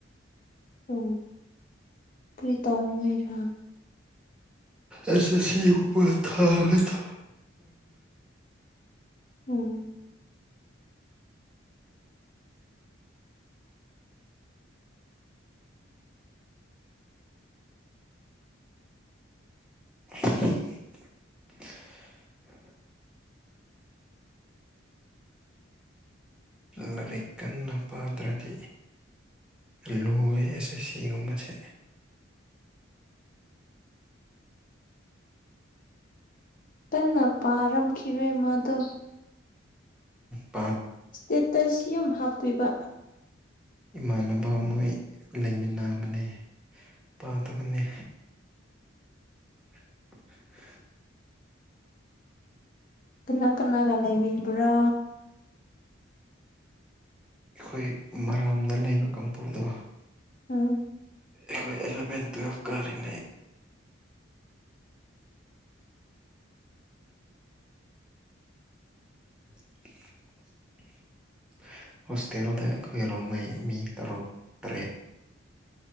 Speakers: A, on the left; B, in the centre.
A: ꯎ ꯀꯔꯤ ꯇꯧꯅꯤꯡꯉꯥꯏꯔꯥ
B: ꯑꯦꯁ ꯑꯦ ꯁꯤꯄꯔ ꯊꯥꯒꯠꯒ
A: ꯎꯝ
B: <inaudible> ꯂꯥꯏꯔꯤꯛ ꯀꯟꯅ ꯄꯥꯗ꯭ꯔꯗꯤ ꯂꯨꯋ ꯑꯦꯁ ꯑꯦꯁ ꯁꯤꯒꯨꯝꯕꯁꯦ
A: ꯇꯟꯅ ꯄꯥꯔꯝꯈꯤꯔꯣꯏ ꯃꯥꯗꯣ
B: ꯑ
A: ꯏꯁꯇꯦꯇꯁꯤꯌꯝ ꯍꯥꯞꯄꯤꯕ
B: ꯏꯃꯥꯟꯅꯕ ꯃꯣꯏ ꯂꯩꯃꯤꯟꯅꯕꯅꯤ ꯄꯥꯗꯕꯅꯤ <inaudible>
A: ꯀꯅꯥ ꯀꯅꯥꯒ ꯂꯩ ꯃꯤꯟꯕ꯭ꯔꯥ
B: ꯑꯩꯈꯣꯏ ꯃꯔꯥꯝꯗ ꯂꯩꯕ ꯀꯥꯡꯄꯨꯗꯣ
A: ꯑꯝ
B: ꯑꯩꯈꯣꯏ ꯑꯦꯂꯚꯦꯟ ꯇꯨꯌꯦꯦꯜꯐ ꯀꯥꯔꯤꯉꯩ <inaudible> <inaudible> ꯍꯣꯇꯦꯜꯗ ꯑꯩꯈꯣꯏ ꯑꯔꯣꯡꯉꯩ ꯃꯤ ꯇꯔꯨꯛ ꯇꯔꯦꯠ